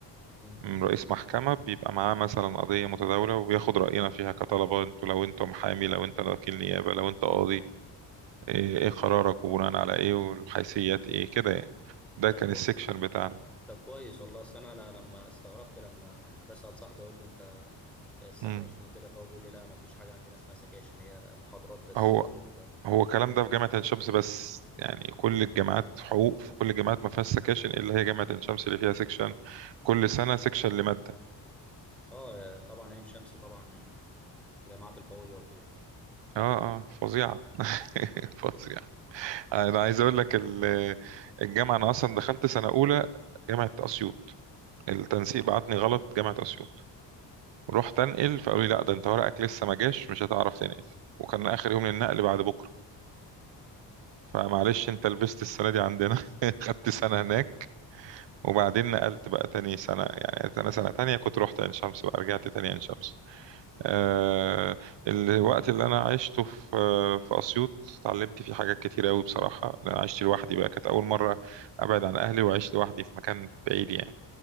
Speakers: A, in the centre; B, on the right.
A: مم.
B: من رئيس محكمة بيبقى معاه مثلا قضية متداولة وبياخد رأينا فيها كطلبة انتوا لو انتوا محامي لو انت وكيل نيابة لو انت قاضي ايه, ايه قرارك وبناء على ايه والحيثيات ايه كده يعني ده
A: طب
B: كان
A: كو...
B: السيكشن بتاعنا
A: طب كويس والله اصل انا ل- لما استغربت لما يعني بسأل صاحبي اقول له انت السكاشن
B: مم.
A: وكده فهو بيقول لي لا ما فيش حاجه عندنا اسمها سكاشن هي محاضرات بس
B: هو
A: كده
B: هو الكلام ده في جامعة عين شمس بس يعني كل
A: مم.
B: الجامعات حقوق في كل الجامعات ما فيهاش سكاشن إلا هي جامعة عين شمس اللي فيها سكشن كل سنة سكشن لمادة
A: اه طبعا عين شمس طبعا من الجامعات القويه وكده
B: اه اه فظيعة <laughs>
A: مم.
B: فظيعة أنا عايز أقول لك ال- الجامعة أنا أصلا دخلت سنة أولى جامعة أسيوط التنسيق بعتني غلط جامعة أسيوط رحت أنقل فقالوا لي لا ده أنت ورقك لسه ما جاش مش هتعرف تنقل وكان آخر يوم للنقل بعد بكرة فمعلش أنت لبست السنة دي عندنا <laughs> خدت سنة هناك وبعدين نقلت بقى تاني سنة يعني أنا سنة تانية كنت رحت عين شمس بقى رجعت تاني عين شمس آه الوقت اللي أنا عشته في في أسيوط اتعلمت فيه حاجات كتير أوي بصراحة لأن أنا عشت لوحدي بقى كانت أول مرة أبعد عن أهلي وعشت لوحدي في مكان بعيد يعني